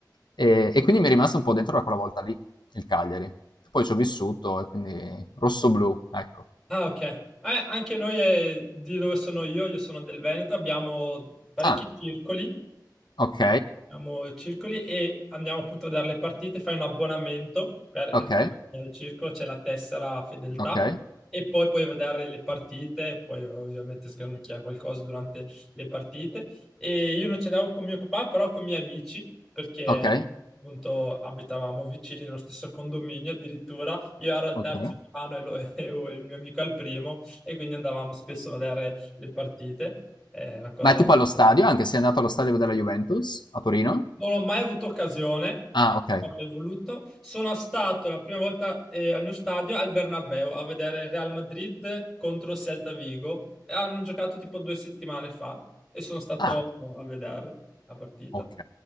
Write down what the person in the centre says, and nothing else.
Mm.
Ah, ok. Eh, anche noi, eh, di dove sono io, io sono del Veneto, abbiamo parecchi
circoli
Andiamo circoli e andiamo appunto a vedere le partite, fai un abbonamento per entrare
nel circolo, c'è la tessera fedeltà
e poi puoi vedere le partite, poi ovviamente scanocchiare qualcosa durante le partite. E io non ci andavo con mio papà, però con i miei amici, perché
appunto abitavamo vicini nello stesso condominio, addirittura io ero al
terzo piano e, lo- <laughs> e il mio amico al primo e quindi andavamo spesso a vedere le partite. È una cosa
Non ho mai avuto occasione,
avrei voluto. Sono stato la prima volta eh, al mio stadio al Bernabéu a vedere Real Madrid contro Celta Vigo. E Hanno giocato tipo due settimane fa e sono stato
a vedere la partita.